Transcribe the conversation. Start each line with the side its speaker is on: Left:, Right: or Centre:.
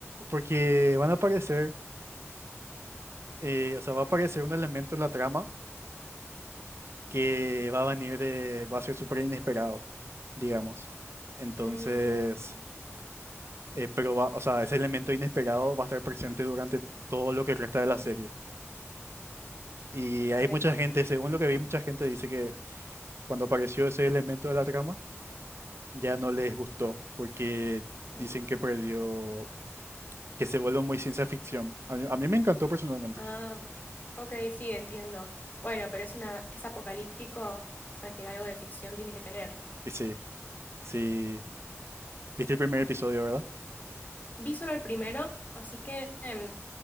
Right: porque van a aparecer, eh, o sea, va a aparecer un elemento en la trama que va a venir de, va a ser súper inesperado, digamos. Entonces,
Left: Mm,
Right: eh, pero va, o sea, ese elemento inesperado va a estar presente durante todo lo que resta de la serie. Y hay
Left: ok.
Right: mucha gente, según lo que vi, mucha gente dice que Cuando apareció ese elemento de la trama, ya no les gustó porque
Left: Mm.
Right: dicen que perdió, que se vuelve muy ciencia ficción. A mí, a mí me encantó personalmente.
Left: Ah, ok, sí, entiendo. Bueno, pero es una, es apocalíptico, o sea que algo de ficción tiene que tener.
Right: Y sí, sí, viste el primer episodio, ¿verdad?
Left: Vi solo el primero, así que em,